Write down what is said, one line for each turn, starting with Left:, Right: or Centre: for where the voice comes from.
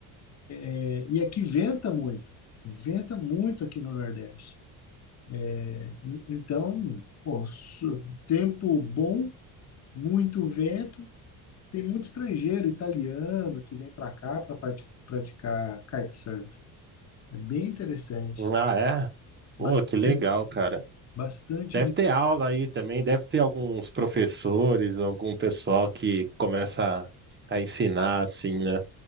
Left: É, E aqui venta muito. Venta muito aqui no Nordeste. né? E- Então, pô, su- tempo bom, muito vento. Tem muito estrangeiro, italiano, que vem para cá para praticar kitesurf. É bem interessante.
Right: Ah, é? Pô,
Left: Bastante,
Right: que legal, cara.
Left: bastante
Right: Deve ter aula aí também, deve ter alguns professores, algum pessoal que começa a, a ensinar assim, né?